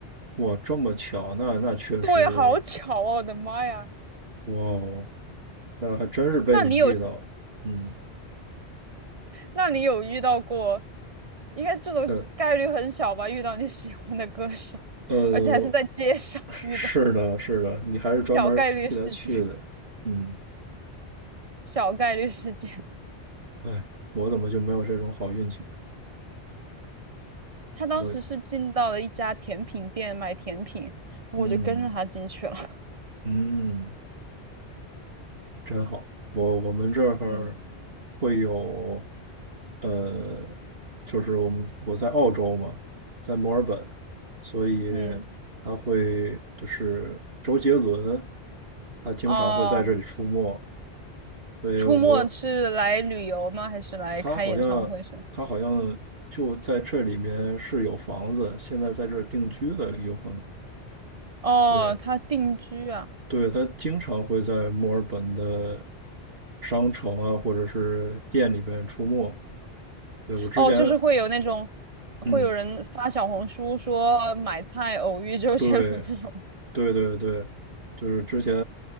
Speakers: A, on the right; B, on the right.
A: 哇，这么巧，那那确实，
B: 对，好巧哦，我的妈呀！
A: 哇哦，那还真是被你遇到了。
B: 那你有，
A: 嗯，
B: 那你有遇到过？应该这种概率很小吧？
A: 呃
B: 遇到你喜欢的歌手，
A: 呃，
B: 而且还是在街上遇到，
A: 是的，是的，你还是专门替他去的。
B: 小概率事件，
A: 嗯，
B: 小概率事件。
A: 哎，我怎么就没有这种好运气呢？
B: 他当时是进到了一家甜品店买甜品，
A: 我，
B: 然后我就跟着他进去了。
A: 嗯
B: <laughs>
A: 嗯。真好。我我们这儿
B: 嗯
A: 会有，呃，就是我们我在澳洲嘛，在墨尔本，所以
B: 嗯，
A: 他会就是周杰伦，他经常会在这里出没。
B: 哦，
A: 所以我
B: 出没是来旅游吗？还是来开演唱会什么？
A: 他好像他好像就在这里面是有房子，现在在这儿定居的有可能。
B: 哦，
A: 对
B: 他定居啊。
A: 对，他经常会在墨尔本的商城啊，或者是店里边出没。对，我之前，
B: 哦，就是会有那种，会有人发小红书说买菜偶遇周杰伦这种。
A: 嗯，对，对对对，就是之前，